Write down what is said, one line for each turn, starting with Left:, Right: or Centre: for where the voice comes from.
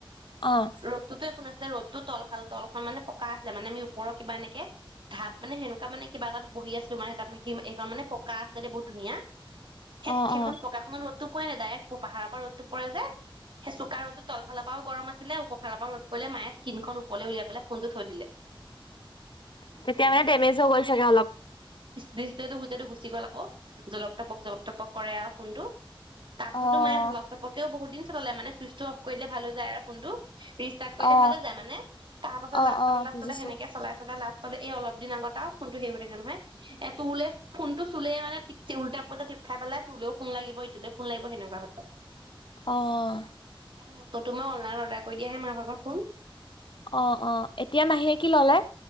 Left: অ',
Right: ৰ'দটোতো একো নাছিলে, ৰ'দ টো তল ভাল তল খন মানে পকা ছিলে মানে আমি ওপৰৰ কিবা এনেকে ধাপ মানে সেনেকুৱা মানে, কিবা এটা বহি আছো মানে তাতে এইখন মানে পকা আছেদেই বহুত, ধুনীয়া সেই
Left: অ',
Right: সেইখন
Left: অ',
Right: পকাখনত ৰ'দতটো পৰে নাই, ডাইৰেক্ট পাহাৰৰ পৰা ৰ'দটো পৰে যে সেই চোকা ৰ'দটো তলফালৰ বৰ গৰম আছিলে উপফালৰ পৰা ৰ'দ পৰিলে মায়ে স্কিখন কলে উলিয়াই ফোনটো থৈ দিলে।
Left: তেতিয়া মানে ডেমেজ হৈ গ'ল চাগে অলপ।
Right: ডিজিপ্লেটো বহুতেটো গুচি গ'ল আকৌ জলক-তপক জলক-তপক কৰে আৰু ফোন টো। তাৰ পাছতো
Left: অ',
Right: মায়ে আছো জলক-তপকেও বহুদিন ললে মানে। অফ কৰিলে ভাল যায় আৰু ফোনটো ৰিষ্টাৰ্ট কৰিলে
Left: অ
Right: ভাল হৈ যায়, মানে তাৰ পাছত
Left: অ অ
Right: লাষ্টত
Left: বুজিছো
Right: সেনেকে চালাই-চালাই লাষ্ট ত ত এই অলপ দিন আগত আৰু ফোনটো হেৰি হৈ থাকে নহয় এ তোৰলে ফোনটো চুলে, মানে উল্টা-পুল্টা টিপ খাই পেলা তোলেও ফোন লাগিব এইটোলৈ ফোন লাগিব সেনেকুৱা হল।
Left: অ',
Right: সেইকাৰণে মততো মই অনলাইন অৰ্ডাৰ কৰি দিয়াহে মাৰ ভাগত ফোন
Left: অ', অ', এতিয়া মাহীয়ে কি ল'লে?